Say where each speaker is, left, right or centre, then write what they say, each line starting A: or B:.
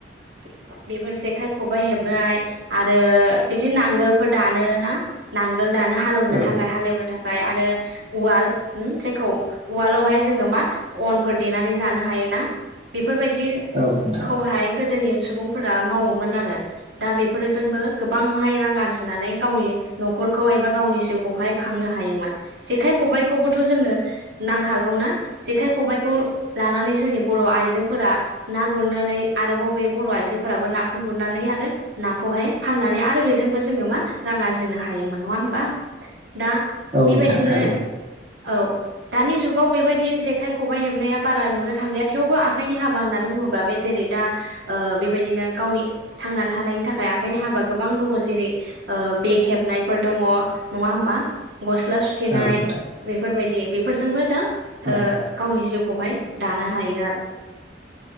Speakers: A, on the right; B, on the right.
A: <inaudible> बेफोर जेखाय खबाइ हेबनाय आरो बिदि नांगोलफोर दानो ना नांगो ल दानो हालेवनो
B: औ
A: थाखाय हालेवनो थाखाय आरो उवाल उम जेखौ उवालावहाय जोङो मा अनफोर देनानै जानो हायो ना बेफोरबायदि
B: औ नोंथां
A: खौहाय गोदोनि सुबुंफोरा मावोमोन आरो दा बेफोरजोंबो गोबांहाय रां आरजिनानै गावनि न'खरखौ एबा गावनि जिउखौहाय खांनो हायोमोन जेखाइ-खबाइखौबोथ' जोंनो नांखागौ ना जेखाइ खबाइखौ लानानै जोंनि बर' आइजोफोरा ना गुरनो नै आरोबाव बे बर' आइजो फोराबो नाखौ गुरनानै आरो नाखौहाय फाननानै आरो बेजोंबो जोङो मा रां आर जिनो हायोमोन नङा होमबा दा
B: औ
A: बेबायदिनो
B: नोंथां थारैनो
A: औ। दानि जुगाव बेबायदि जेखाइ खबाइ हेबनाया बारा नुनो थांलिया थेवबो आखाइनि हाबा होननानै बुङोब्ला बे जेरै दा ओ बेबायदिनो गावनि थांनानै थानायनि थाखाय आखाइनि हाबा गोबां दङ जेरै ओ बे खेबनायफोर दङ नङा हबा गस्ला सुथेनाय
B: औ नोंथां
A: बेफोरबायदि बेफोरजोंबो दा ओ
B: औ
A: गावनि जिउखौहाय दानो हायो आरो